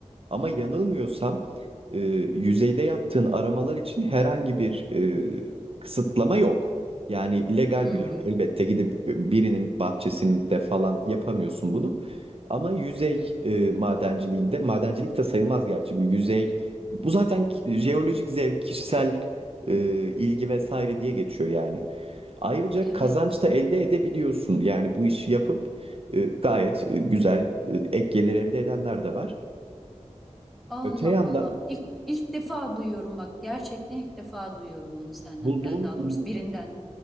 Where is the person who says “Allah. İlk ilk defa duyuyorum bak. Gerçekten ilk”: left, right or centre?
Centre